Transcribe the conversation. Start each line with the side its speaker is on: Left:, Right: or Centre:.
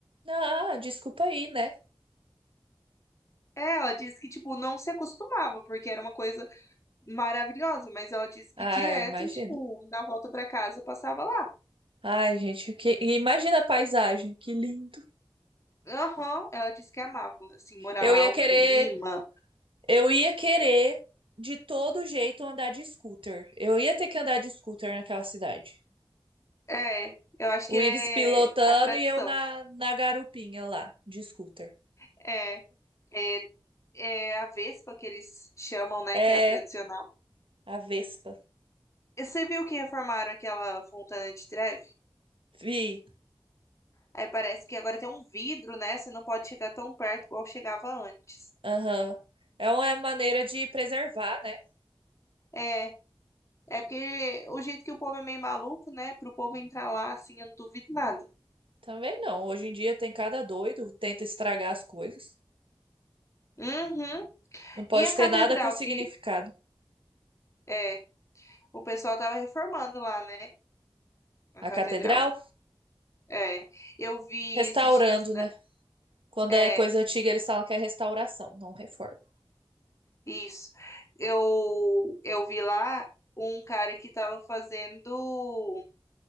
Right: Ah, desculpa aí, né?
Left: É, Ela disse que, tipo, não se acostumava, porque era uma coisa maravilhosa, mas ela disse que
Right: Ah,
Left: direto,
Right: eu imagino.
Left: tipo, na volta pra casa passava lá.
Right: Ai, gente, que... imagina a paisagem, que lindo.
Left: Aham, ela disse que amava, assim, morar
Right: Eu
Left: lá,
Right: ia
Left: o
Right: querer,
Left: clima.
Right: eu ia querer de todo jeito andar de scooter. Eu ia ter que andar de scooter naquela cidade.
Left: É, eu acho
Right: O
Left: que é
Right: Ives pilotando
Left: a tradição.
Right: e eu na, na garupinha lá, de scooter.
Left: É, é, é a Vespa que eles chamam, né,
Right: É,
Left: que é a tradicional.
Right: a Vespa.
Left: E Você viu que reformaram aquela Fontana de Trevi?
Right: Vi.
Left: Aí parece que agora tem um vidro, né? Você não pode chegar tão perto igual chegava antes.
Right: Aham. É uma maneira de preservar, né?
Left: É, é porque o jeito que o povo é meio maluco, né? Pro povo entrar lá, assim, eu não duvido nada.
Right: Também não. Hoje em dia tem cada doido, tenta estragar as coisas.
Left: Uhum.
Right: Não pode
Left: E a catedral
Right: ter nada com significado.
Left: que é, o pessoal tava reformando lá, né? A
Right: A
Left: catedral.
Right: catedral,
Left: É, eu vi
Right: restaurando,
Left: esses dias, né?
Right: né? Quando
Left: É,
Right: é coisa antiga, eles falam que é restauração, não reforma.
Left: isso. Eu, eu vi lá um cara que tava fazendo